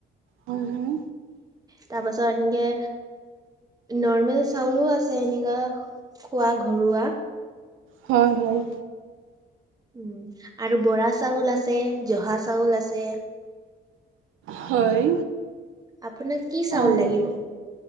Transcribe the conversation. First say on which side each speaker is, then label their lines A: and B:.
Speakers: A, on the right; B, on the right.
A: হয় হয়।
B: তাৰপাছত এনগে নৰ্মেল চাউলো আছে এনেকা খোৱা ঘৰুৱা।
A: হয়, হয়।
B: উম, আৰু বৰা চাউল আছে জহা চাউল আছে।
A: হয়।
B: আপোনাক কি চাউল
A: অ'
B: লাগিব